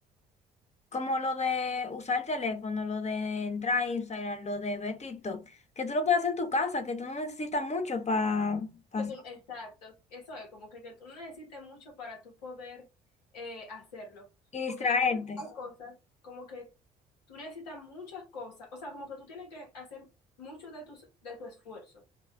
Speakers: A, on the left; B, on the left.
A: Como lo de usar el teléfono, lo de entrar a Instagram, lo de ver TikTok, que tú lo puedes hacer en tu casa, que tú no necesitas mucho para hacer
B: Que tú- exacto, eso es, como que, que tú no necesites mucho para tú poder eh, hacerlo.
A: y distraerte.
B: Porque a veces hay cosas como que tú necesitas muchas cosas, o sea, como que tú tienes que hacer mucho de tus, de tu esfuerzo,